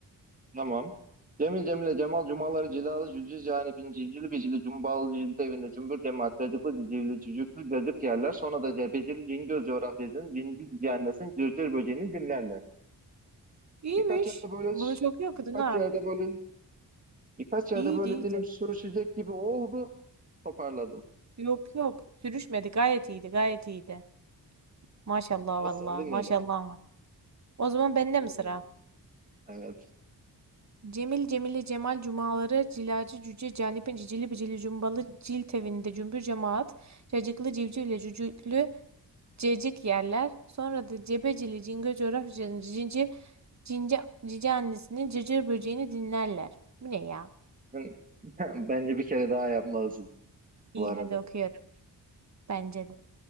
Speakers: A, on the right; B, on the right.
A: Tamam. Cemil Cemile Cemal Cumaları Cilalı Cücüz yani bin civcili bicili cumbalı cildi evinde cümbür cemaat cacıklı cicivli cücüklü cacık yerler sonra da cebecili cingöz coğrafyacının cinci cihannesin cırcır böceğini dinlerler.
B: İyiymiş.
A: Birkaç yerde böyle
B: Bunu çok iyi okudun
A: birkaç
B: ha.
A: yerde böyle birkaç
B: İyiydi
A: yerde böyle
B: iyiydi.
A: dilim sürüşecek gibi oldu toparladım.
B: Yok yok. Sürüşmedi. Gayet iyiydi. Gayet iyiydi. Maşallah
A: Evet
B: valla.
A: seni dinleyelim.
B: Maşallah var. O zaman bende mi
A: Dinleyelim.
B: sıra?
A: Evet.
B: Cemil Cemile Cemal Cumaları Cilacı Cüce Canip'in Cicili Bicili Cumbalı Cil Tevinde Cümbür Cemaat Cacıklı Civcivle Cücüklü Cecik Yerler Sonra da Cebecili Cingöz Coğrafyacının Cinci Cince, cici annesinin cırcır böceğini dinlerler. Bu ne ya?
A: Sen- <laughs> Bence bir kere daha yapmalısın bu
B: İyi
A: arada.
B: hadi okuyorum. Bence de.